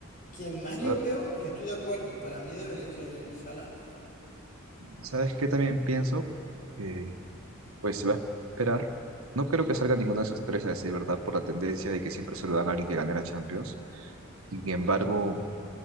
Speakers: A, on the left; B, on the right.
A: Quien más yo
B: Ah,
A: veo, yo estoy de acuerdo, para mí debería ser Salah.
B: ¿Sabes qué también pienso? Que Pues se va a esperar. No creo que salga ninguno de esos tres, a decir verdad, por la tendencia de que siempre se lo dan a alguien que gane la Champions. Sin embargo,